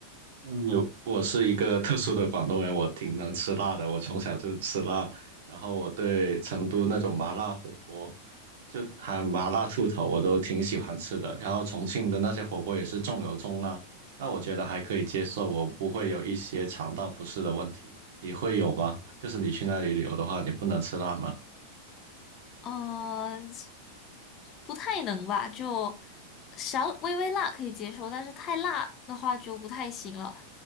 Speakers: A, on the right; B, on the left.
A: 嗯，有我是一个特殊的广东人，我挺能吃辣的，我从小就吃辣，然后我对成都那种麻辣火锅，就喊麻辣兔头，我都挺喜欢吃的。然后重庆的那些火锅也是重油重辣，那我觉得还可以接受，我不会有一些肠道不适的问题。你会有吗？就是你去那里旅游的话，你不能吃辣吗？
B: 嗯，不太能吧，就小微微辣可以接受，但是太辣的话就不太行了。